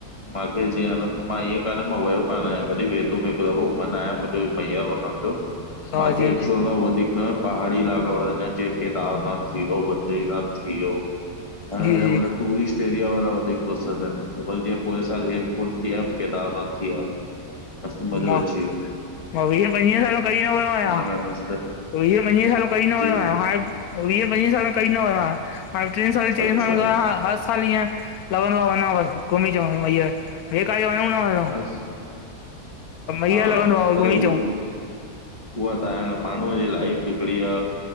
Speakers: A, on the left; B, on the left.
A: मांखे जीअं न मां ईअं कान मां वयो कान आयां कॾी वेंदुम हिक दफ़ो मन आहे मुंहिंजो मैयर वञण जो
B: हा
A: मांखे
B: जी
A: एक्चुअल न वधीक न पहाड़ी इलाको वणंदा आहिन जीअं केदारनाथ थी वियो ॿद्रीनाथ थी‌ वियो। हा
B: जी
A: हेॾा
B: जी
A: मतलब टूरिस्ट एरिया वारा वधीक पसंद आहेन, पर ॼीअं पोएं साल हेमकुंड थी आयम केदारनाथ थी आयम। मस्त मॼो
B: मां
A: अची वयो।
B: मां वीह पंॼवीह सालो कॾी न वियो आहियां
A: में मस्तु
B: वीह पंजवीह सालो कॾि न
A: जी
B: वियो आहियां हाणे वीह पंॼवीह सालन खों कॾि न वयो आया हाणे टिन सालन चइनि
A: अच्छा
B: सालनि खों हाणे साल हिय लगंदो आहे वञा बसि घुमी अचा ॿे काॾे वञूं न वञउ।
A: <inaudible>
B: ईअं
A: हा
B: लॻंदो आहे घुमी
A: अरे उहो
B: चउ।
A: उहा त आहे न माण्हूअ जी लाइफ़ हिकिॾी आ